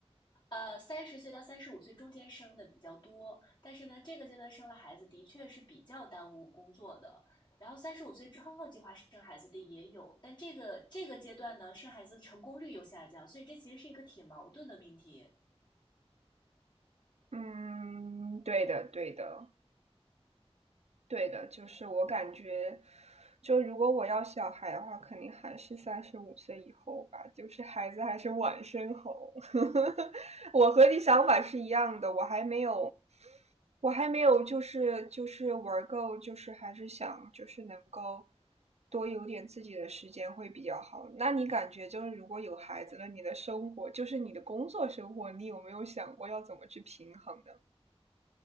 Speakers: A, on the left; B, on the right.
A: 呃，三十岁到三十五岁中间生的比较多，但是呢，这个阶段生了孩子的确是比较耽误工作的。然后三十五岁之后计划生孩子的也有，但这个这个阶段呢，生孩子成功率又下降，所以这其实是一个挺矛盾的命题。
B: 嗯，对的，对的，对的，就是我感觉，就如果我要小孩的话，肯定还是三十五岁以后吧，就是孩子还是晚生好。<laughs> 我和你想法是一样的，我还没有我还没有就是就是玩够，就是还是想就是能够多有点自己的时间会比较好。那你感觉就是如果有孩子了，你的生活就是你的工作生活，你有没有想过要怎么去平衡呢？